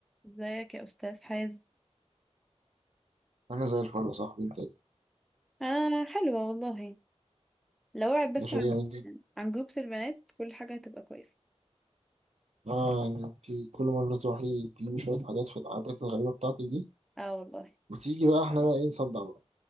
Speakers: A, in the centre; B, on the right.
A: ازيك يا استاذ حازم
B: انا زي الفل يا صاحبي انت
A: انا حلوه والله لو وعد بس
B: ده شيء
A: عن
B: جميل جدا
A: عن جروبس البنات كل حاجه هتبقى كويسه
B: اه يعني انت كل مره تروحي تجيبي شويه حاجات في العادات الغريبه بتاعتك دي
A: اه والله
B: وتيجي بقى احنا بقى ايه نصدع بقى